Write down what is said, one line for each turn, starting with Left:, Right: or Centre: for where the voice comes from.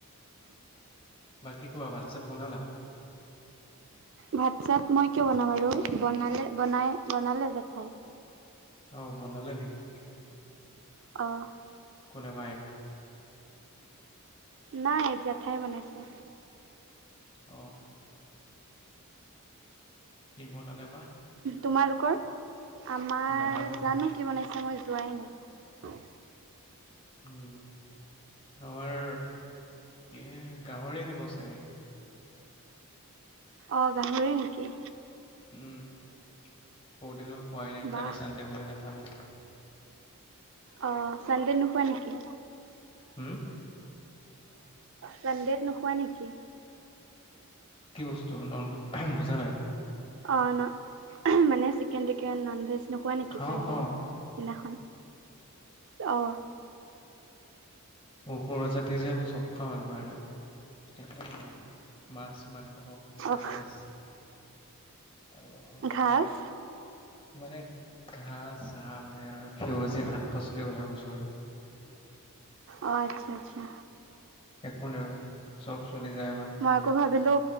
Left: বাকী কোৱা ভাত চাত বনালা
Right: ভাত চাত মই কিয় বনাম আৰু বনালে বনাই বনালে জেঠাই
Left: অ বনালে নেকি
Right: আহ
Left: কোনে মায়ে
Right: নাই জেঠাই বনাইছে
Left: আহ কি বনালে বা
Right: তোমালোকৰ আমাৰ
Left: বনাবই
Right: জানো কি মানে মই যোৱাই নাই
Left: উম আমাৰ এ গাহৰি আনিব চাগে
Right: অ গাহৰি নেকি
Left: উম বু <unintelligible> দনৰ খোৱাই নাই
Right: বাহ,
Left: কালি চানডে বুলি নাখালো
Right: অ চানডে নোখোৱা নেকি
Left: হম
Right: চানডেত নোখোৱা নেকি
Left: কি বস্তু ননজ <unintelligible> বুজা নাই
Right: অ' ন মানে চিকেন টিকেন ননভেজ এ নকোৱা নেকি
Left: খাওঁ
Right: চানডেই
Left: খাওঁ
Right: দিনাখন অ
Left: সুৰ জাতি যে আমি চব খাওঁ সটো কাৰণে একে সম মাছ মাংস
Right: অ'
Left: ঘচ আ
Right: ঘাজ
Left: এইবিলাক মানে ঘাঁ চাহ মানে আৰু সেউজীয়া শাক পাচলিৰ কথা কৈছো
Right: অ' আচ্ছা আচ্ছা
Left: একো ন আৰু চব চলি যায় আমাৰ
Right: মাকো ভাবিলো